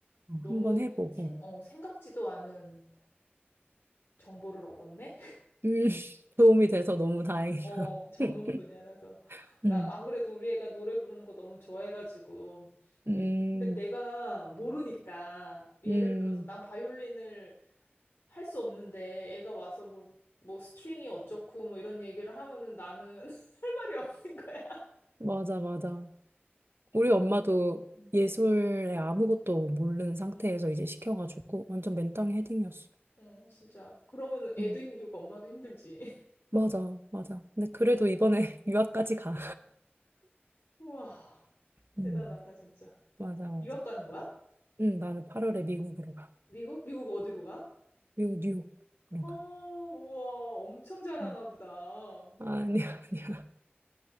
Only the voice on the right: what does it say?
어,
한번 해보고.
음, <laughs> 도움이 돼서 너무 다행이다.
<laughs>
음,
음,
음,
맞아, 맞아. 우리 엄마도
예술에 아무것도 모르는 상태에서
이제 시켜가지고 완전 맨땅에 헤딩이었어.
응.
맞아, 맞아. 근데 그래도 이번에 <laughs> 유학까지 가.
음,
맞아, 맞아.
응, 나는 8월에 미국으로 가.
미국, 뉴욕. 그런
가.
응.
아, <laughs> 아니야, 아니야.